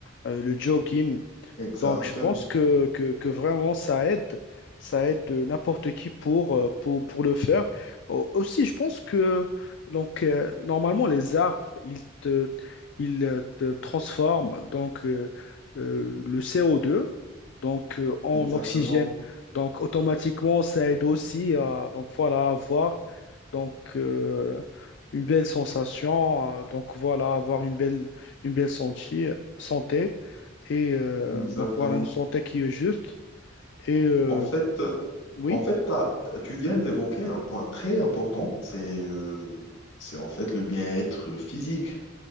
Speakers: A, on the left (about 60°); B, on the left (about 75°).
A: euh, le jogging.
B: exactement,
A: Donc, je pense que, que, que vraiment, ça aide. Ça aide euh, n'importe qui pour, euh, pour, pour le faire. Au- Aussi, je pense que donc, euh, normalement, les arbres, ils te, ils euh, te transforment donc, euh, euh, le CO2 donc euh, en
B: exactement,
A: oxygène. Donc automatiquement, ça aide aussi à donc voilà, à avoir donc, euh, une belle sensation, euh, donc voilà, avoir une belle, une belle santé, santé et euh,
B: exactement.
A: donc voilà, une santé qui est juste. Et euh,
B: En fait,
A: oui,
B: en fait, t'as- t'as- tu viens d'évoquer un point très important, c'est euh, c'est en fait le bien-être physique.